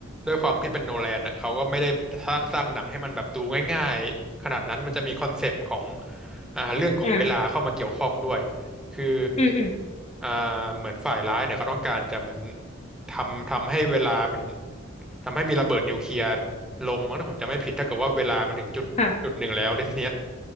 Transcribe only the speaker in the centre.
ด้วยความที่เป็นโนแลนอ่ะเขาก็ไม่ได้สร้างสร้างหนังให้มันแบบดูง่ายๆขนาดนั้นมันจะมีคอนเซปต์ของอ่าเรื่องของเวลาเข้ามาเกี่ยวข้องด้วย
คือ
อ่าเหมือนฝ่ายร้ายเนี่ยเขาต้องการจะเหมือนทำทำให้เวลามันทำให้มีระเบิดนิวเคลียร์ลงมั้งถ้าผมจำไม่ผิดถ้าเกิดว่าเวลามันถึงจุดจุดหนึ่งแล้วแล้วทีเนี้ย